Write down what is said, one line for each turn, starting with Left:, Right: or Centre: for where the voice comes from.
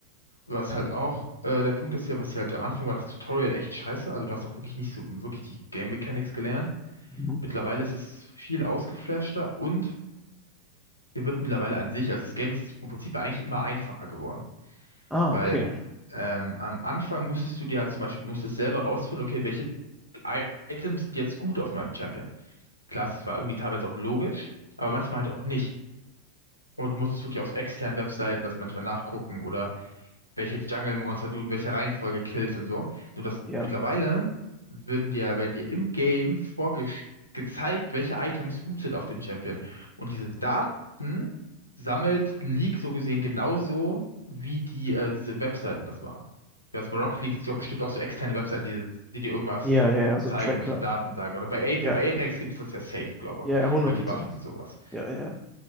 Left: Was halt auch äh, der Punkt ist ja, was hier halt am Anfang war das Tutorial echt scheiße. Also du hast auch wirklich nicht so wirklich die Game Mechanics gelernt.
Centre: Mhm.
Left: Mittlerweile ist es viel ausgeflashter und dir wird mittlerweile an sich, also das Game ist vom Prinzip her eigentlich immer einfacher geworden.
Centre: Ah,
Left: Weil
Centre: okay.
Left: ähm, am Anfang musstest du dir halt zum Beispiel, du musstest selber rausfinden, okay, welche Items sind jetzt gut auf meinem Champion. Klar, es war irgendwie teilweise auch logisch, aber manchmal halt auch nicht. Und du musstest wirklich auf externen Webseiten das manchmal nachgucken oder welche Jungle-Monster du in welcher Reihenfolge killst und so. Nur dass
Centre: Ja.
Left: mittlerweile würden dir, werden dir im Game vorgezeigt, gezeigt, welche Items gut sind auf dem Champion. Und diese Daten sammelt League so gesehen genauso, wie die, äh, diese Webseiten das machen. Jetzt bei Rocket League gibt es ja bestimmt auch so externe Webseiten, die, die dir irgendwas
Centre: Ja, ja, ja,
Left: zeigen,
Centre: so Tracker.
Left: welche Daten sagen. Oder bei Apex,
Centre: Ja,
Left: bei Apex gibt es das ja safe, glaube
Centre: ja, ja, hundert
Left: ich, über die
Centre: Prozent.
Left: Waffen und sowas.
Centre: Ja, ja.